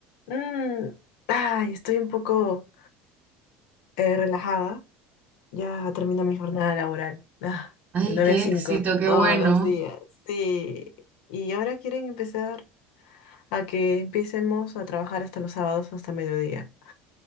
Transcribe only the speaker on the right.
Ay,
qué
éxito, qué
bueno.